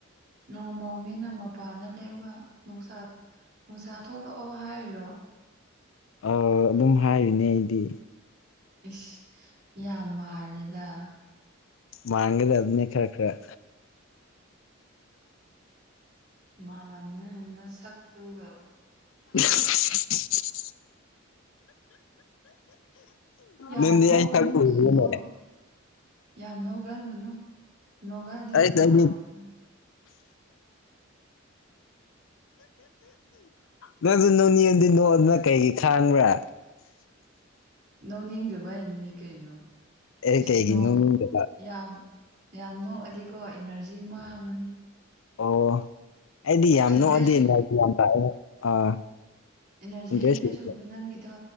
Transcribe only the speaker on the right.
ꯅꯣꯡꯃ ꯃꯤꯅ ꯃꯄꯥꯅ ꯂꯩꯒ ꯅꯨꯡꯁꯥ ꯅꯨꯡꯁꯥ ꯊꯣꯛꯂꯛꯑꯣ ꯍꯥꯏꯔꯣ
ꯏꯁ ꯌꯥꯝ ꯃꯥꯜꯂꯦꯗ
ꯃꯥꯂꯝꯅꯤ ꯁꯛꯇꯨꯒ
ꯌꯥꯡ
ꯅꯣꯀꯅꯣ
ꯀꯩꯅꯣ ꯌꯥꯝ ꯅꯣꯀꯟꯒꯅꯨ ꯅꯣꯡꯀꯥꯟꯗꯤ
ꯅꯥꯕꯅꯤ
ꯅꯧꯅꯤꯡꯗꯕ ꯍꯥꯏꯅꯤꯅꯦ ꯀꯩꯅꯣ
ꯑꯁ
ꯅꯣꯡ
ꯌꯥꯝ ꯌꯥꯝ ꯅꯣꯛꯑꯗꯤꯀꯣ ꯏꯅꯔꯖꯤ ꯃꯥꯡꯉꯅꯤ
ꯍꯟꯗ꯭ꯔꯦꯠ
ꯑꯦꯅꯔꯖꯤ
ꯍꯟꯗ꯭ꯔꯦ
ꯁꯨꯕꯗꯣ ꯅꯪꯒꯤꯗꯣ